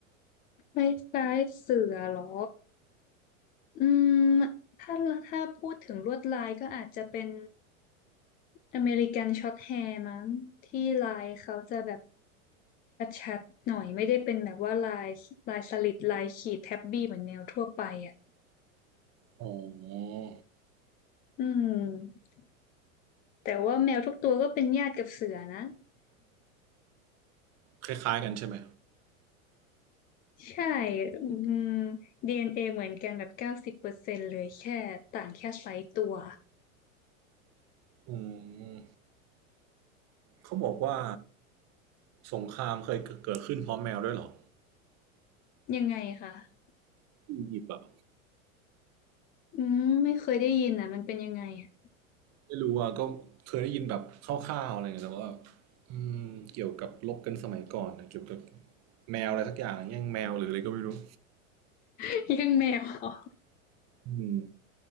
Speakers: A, on the left (about 25°); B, on the right (about 35°).
A: คล้ายๆเสือเหรออืมถ้าถ้าพูดถึงลวดลายก็อาจจะเป็น อเมริกันช็อตแฮร์มั้งที่ลายเขาจะแบบชัดๆหน่อยไม่ได้เป็นแบบว่าลายลายสลิดลายขีดแท็บบี้เหมือนแมวทั่วไปอ่ะ
B: อ๋อ
A: อืมแต่ว่าแมวทุกตัวก็เป็นญาติกับเสือนะ
B: คล้ายๆกันใช่ไหม
A: ใช่อืม DNA เอ็นเอเหมือนกันแบบเก้าสิบเปอร์เซ็นต์เลยแค่ต่างแค่ไซส์ตัว
B: อืมเขาบอกว่าสงครามเคยเกิดขึ้นเพราะแมวด้วยเหรอ
A: ยังไงคะ
B: ที่อียิปต์อะ
A: อืมไม่เคยได้ยินอ่ะมันเป็นยังไงอะ
B: ไม่รู้อ่ะก็เคยได้ยินแบบคร่าวๆอะไรเงี้ยแต่ว่าอืมเกี่ยวกับรบกันสมัยก่อนนะเกี่ยวกับแมวอะไรสักอย่างแย่งแมวหรืออะไรก็ไม่รู้
A: <laughs> ยังแมวเหรอ
B: อืม